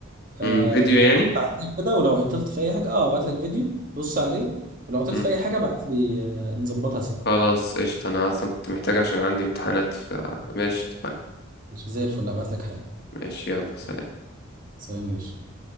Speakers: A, on the right (about 40°); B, on the left (about 50°).
A: آه
B: امم فيديو يعني
A: ساعتين كده ولو عطلت في اي حاجه اه ابعت لك فيديو بص عليه ولو عطلت
B: امم
A: في اي حاجه ابعت لي آه نظبطها سوا
B: خلاص قشطه انا اصلا كنت محتاج عشان عندي امتحانات ف... ماشي اتفقنا
A: ماشي زي الفل ابعت لك حالا
B: ماشي يلا سلام
A: سلام يا باشا